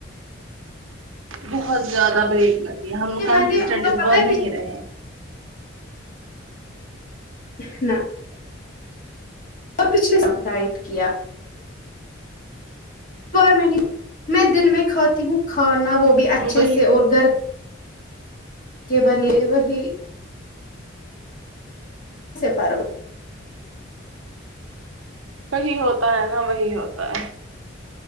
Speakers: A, on the right (about 85°); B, on the left (about 40°).
A: بہت زیادہ بریک لگی ہم لوگ
B: میں نے
A: کنسسٹینٹ
B: مطلب
A: اس
B: پتا
A: بار نہیں رہے
B: ہے نا اور پچھلے سال ڈائیٹ کیا پر میں نہیں میں دن میں کھاتی ہوں کھانا وہ بھی اچھے
A: وہی
B: سے اور گھر کہ بنے ایون ہی سے فرق ہو
A: وہی ہوتا ہے نا وہی ہوتا ہے